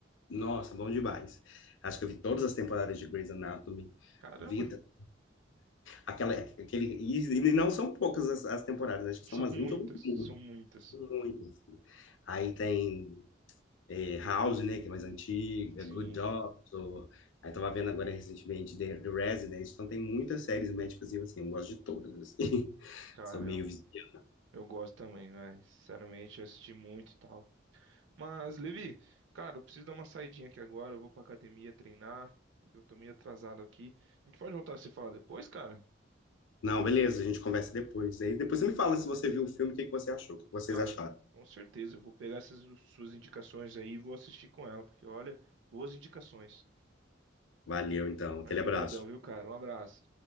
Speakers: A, on the left; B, on the right.
A: Nossa, bom demais. Acho que eu vi todas as temporadas de Grey's Anatomy.
B: Caramba,
A: Vida, aquela, aquele, e, e não são poucas as, as temporadas,
B: <laughs>
A: acho que são
B: são
A: umas
B: muitas,
A: 20 ou 21.
B: são muitas.
A: Muitas. Aí tem eh, House, né, que é mais antiga,
B: Sim,
A: Good Doctor. Aí tava vendo agora recentemente The, The Resident. Então tem muitas séries médicas e eu, assim, eu gosto de todas, assim. <laughs>
B: cara,
A: Sou meio
B: eu,
A: viciado.
B: eu gosto também, velho. Sinceramente, eu assisti muito e tal. Mas, Levi, cara, eu preciso dar uma saidinha aqui agora. Eu vou pra academia treinar e eu tô meio atrasado aqui. A gente pode voltar a se falar depois, cara?
A: Não, beleza, a gente conversa depois. Aí depois você me fala se você viu o filme, o que que você achou, o que que vocês
B: Cara,
A: acharam.
B: com certeza, eu vou pegar essas suas indicações aí e vou assistir com ela, porque olha, boas indicações.
A: Valeu, então. Aquele
B: Mas brigadão,
A: abraço.
B: viu, cara? Um abraço.